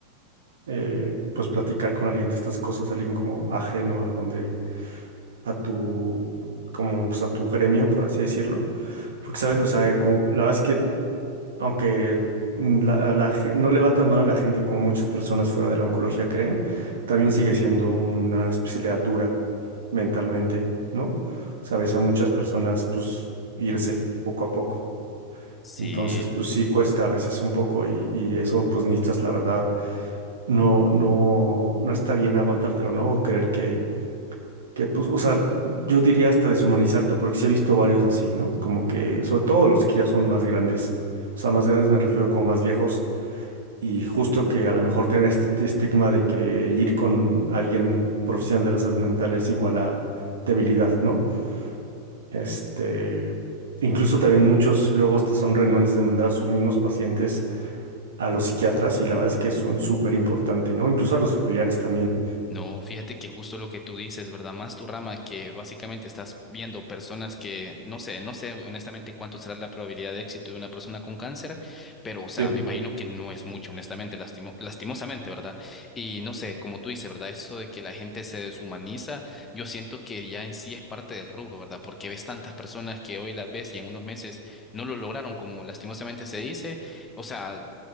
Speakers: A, on the right (about 65°); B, on the left (about 20°).
A: eh, pues, platicar con alguien de estas cosas, alguien como ajeno a donde a tu, como pues a tu gremio, por así decirlo. Porque, ¿sabes? O sea, como, la verdad es que, aunque mm, la, a la gen- no le va tan mal a la gente como muchas personas fuera de la oncología creen, también sigue siendo una especialidad dura mentalmente, ¿no? Sabes, a muchas personas, pues, irse poco a poco.
B: Sí.
A: Entonces, pues sí cuesta a veces un poco y, y eso, pues, necesitas, la verdad, no, no, no está bien aguantártelo, ¿no? O creer que que pues, o sea, yo diría hasta deshumanizarte, porque sí he visto varios así, ¿no? Como que, sobre todo los que ya son más grandes, o sea, más grandes me refiero como más viejos, y justo que a lo mejor tienen este este estigma de que ir con alguien profesional de la salud mental es igual a debilidad, ¿no? Este, incluso también muchos luego hasta son renuentes de mandar a sus mismos pacientes a los psiquiatras, y la verdad es que son súper importantes, ¿no? Incluso a los familiares también.
B: No, fíjate que justo lo que tú dices, ¿verdad? Más tu rama que básicamente estás viendo personas que, no sé, no sé honestamente cuánto será la probabilidad de éxito de una persona con cáncer, pero o sea,
A: Sí,
B: me imagino que no es mucho, honestamente, lastimo- lastimosamente, ¿verdad? Y no sé, como tú dices, ¿verdad? Eso de que la gente se deshumaniza, yo siento que ya en sí es parte del rubro, ¿verdad? Porque ves tantas personas que hoy las ves y en unos meses no lo lograron, como lastimosamente se dice, o sea